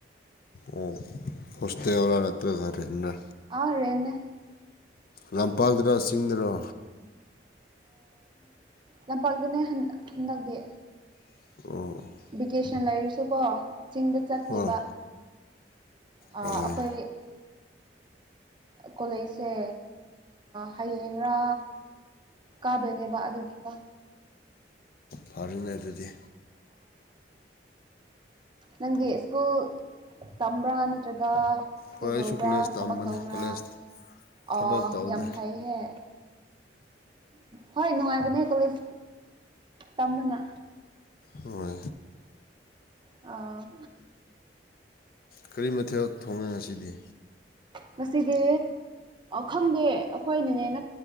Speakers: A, on the left; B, on the right.
A: ꯑꯣ ꯍꯣꯁꯇꯦꯜꯂꯥ ꯅꯠꯇ꯭ꯔꯒꯔꯦꯟꯅ
B: ꯑꯔꯦꯟꯅ
A: ꯂꯝꯄꯥꯛꯇꯔ ꯆꯤꯡꯗꯨꯔ
B: ꯂꯝꯄꯥꯛꯇꯅꯦ ꯍꯟꯗꯛꯇꯤ
A: ꯑ
B: ꯚꯦꯀꯦꯁꯟ ꯂꯩꯔꯁꯨꯀꯣ ꯆꯤꯡꯗ ꯆꯠꯇꯦꯕ
A: ꯍꯣꯏ
B: ꯑꯩꯈꯣꯏ
A: ꯍꯣꯏ
B: ꯀꯣꯂꯦꯖꯁꯦ ꯍꯌꯦꯡꯔꯥ ꯀꯥꯗꯣꯏꯅꯦꯕ ꯑꯗꯨꯒꯤꯀ
A: ꯐꯔꯅꯦ ꯑꯗꯨꯗꯤ
B: ꯅꯪꯒꯤ ꯁ꯭ꯀꯨꯜ ꯇꯝꯕ꯭ꯔꯥ ꯅꯠꯇ꯭ꯔꯒ ꯀꯩ
A: ꯍꯣꯏ ꯑꯩꯁꯨ
B: ꯇꯧꯕ꯭ꯔꯥ
A: ꯀꯣꯂꯦꯖ ꯇꯝꯕꯅꯦ
B: ꯊꯕꯛ ꯇꯧꯕ꯭ꯔꯥ
A: ꯀꯣꯂꯦꯖ ꯊꯕꯛ
B: ꯑꯣ
A: ꯇꯧꯗꯦ
B: ꯌꯥꯝ ꯐꯩꯍꯦ ꯍꯣꯏ ꯅꯨꯡꯉꯥꯏꯕꯅꯦ ꯀꯂꯦꯖ ꯇꯝꯕꯅ
A: ꯍ
B: ꯑ
A: ꯀꯔꯤ ꯃꯊꯦꯜ ꯊꯣꯡꯉꯦ ꯉꯁꯤꯗꯤ
B: ꯉꯁꯤꯗꯤ ꯈꯪꯗꯦ ꯑꯩꯈꯣꯏꯅꯤꯅꯦꯅ